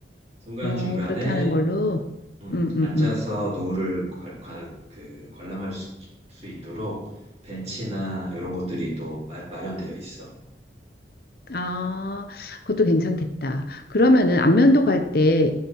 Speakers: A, on the right; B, on the left.
A: 중간중간에
B: 어, 그렇게 하는 걸로.
A: 음,
B: 음, 음,
A: 앉아서
B: 음.
A: 노을을 관, 관, 그 관람할 수, 수 있도록 벤치나 이런 것들이 또 마, 마련되어 있어.
B: 아, 그것도 괜찮겠다. 그러면은
A: 음, 음.
B: 안면도 갈 때